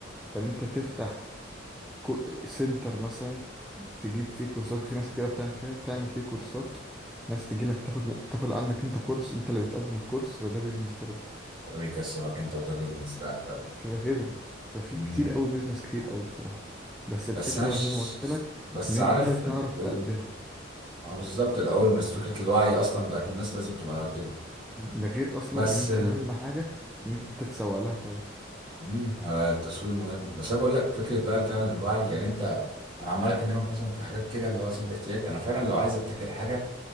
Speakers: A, in the centre; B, on the right (about 25°).
A: فان انت تفتح كو- سنتر مثلا تجيب فيه كورسات وفي ناس كتيرة بتعمل كده تعمل فيه كورسات ناس تجيلك تاخد تاخد عندك انت كورس انت اللي بتقدم الكورس فده بيزنس برضه
B: ده بيكسبك انت وده بيزنس بتاعك فعلا
A: كده كده ففي
B: مم.
A: كتير قوي بيزنس كتير قوي بصراحة بس الفكرة
B: بس انا ش...
A: زي ما قلت لك
B: بس
A: ان انت
B: عارف
A: تعرف
B: ال...
A: تقدمها
B: ال... ما هو بالظبط الاول الناس فكره الوعي اصلا بتاعت الناس لازم تبقى كده
A: مم. ده غير اصلا
B: بس
A: ان انت اهم حاجة ان انت تسوق لها كويس
B: مم. آه، التسويق مهم بس انا بقول لك فكره بقى فعلا الوعي يعني انت انا عمال اكلمك مثلا في حاجات كده اللي هو سد احتياج انا فعلا لو عايز ابتكر حاجه